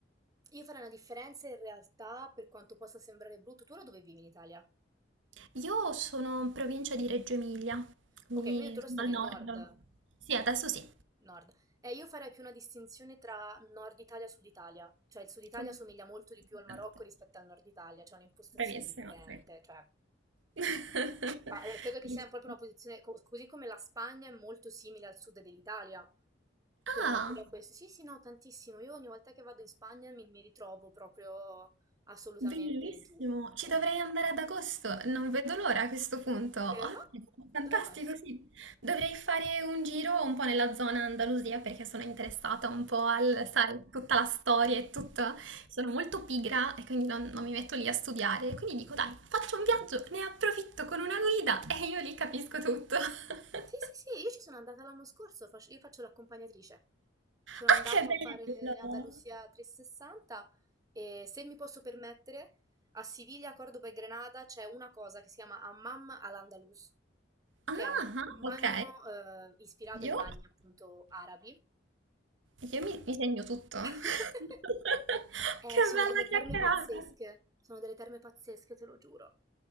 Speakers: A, on the right (about 20°); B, on the right (about 85°).
A: io farei una differenza in realtà, per quanto possa sembrare brutto. Tu ora dove vivi in Italia?
B: Io sono in provincia di Reggio Emilia, quindi
A: Okay, quindi tu ora
B: sono
A: stai
B: al
A: nel
B: nord.
A: nord
B: Sì, adesso sì.
A: nord. Eh, io farei più una distinzione tra Nord Italia e Sud Italia, cioè il Sud Italia
B: Tu?
A: somiglia molto di
B: Assolutamente.
A: più al Marocco rispetto al Nord Italia, c'è un'impostazione
B: Bravissima,
A: differente,
B: sì.
A: cioè
B: <laughs>
A: Ma, eh, credo che
B: Giusto.
A: sia proprio una posizione, co- così come la Spagna è molto simile al sud dell'Italia, per
B: Ah!
A: una pura questione. Sì, sì, no, tantissimo. Io ogni volta che vado in Spagna mi, mi ritrovo proprio assolutamente
B: Bellissimo,
A: giù.
B: ci
A: Cioè,
B: dovrei andare ad agosto, non vedo l'ora a questo punto.
A: davvero?
B: Ottimo,
A: Ah,
B: fantastico,
A: Dove vai?
B: sì. Dovrei fare un giro un po' nella zona Andalusia perché sono interessata un po'
A: Sei
B: al, sai, tutta la storia e tutto. Sono molto pigra e quindi non, non mi metto lì a studiare. Quindi dico, dai, faccio un viaggio, ne approfitto con una guida <laughs> e io lì capisco tutto. <laughs>
A: Sì, sì, sì, io ci sono andata l'anno scorso, fac- io faccio l'accompagnatrice. Sono
B: Ah,
A: andata
B: che bello!
A: a fare Andalusia 360 e se mi posso permettere, a Siviglia, Cordoba e Granada c'è una cosa che si chiama Hammam al-Andalus,
B: Ah,
A: che è un,
B: ah,
A: un bagno
B: ok.
A: eh, ispirato
B: Io?
A: ai bagni appunto arabi,
B: Io mi, mi segno tutto. <laughs>
A: <laughs> Eh,
B: Che
A: sono
B: bella
A: delle terme
B: chiacchierata!
A: pazzesche, sono delle terme pazzesche, te lo giuro.